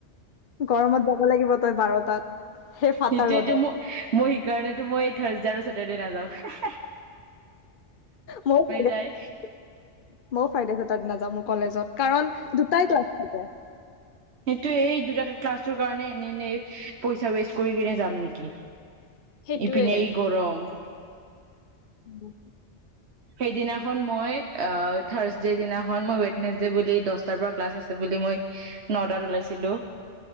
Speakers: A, on the left (about 50°); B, on the right (about 65°).
A: গৰমত যাব লাগিব তই বাৰটাত সেই ফাটা
B: সেইটোয়েটো
A: ৰ'দত
B: মই মই সেইকাৰণেতো মই থাৰ দাৰ ওচৰত মই এতিয়া নাযাও হে হে
A: মই ফাই
B: যায়
A: <inaudible> মই ফাইডে তাত নাযাও মোৰ কলেজত কাৰণ দুটাই <unintelligible> হব <inaudible>
B: সেইটো এই দুটা ক্লাছটোৰ কাৰণে এনে এনে পইচা ৱেষ্ট কৰি কেনে যাম নেকি
A: সেইটোৱে
B: ইপনে এই গৰম
A: ব <inaudible>
B: সেইদিনাখন মই ৰ্থাৰছ ডে দিনাখন মই উৱেটনেছ বুলি দছটাৰ পৰা ক্লাছ আছে বুলি মই নটাত ওলাইছিলো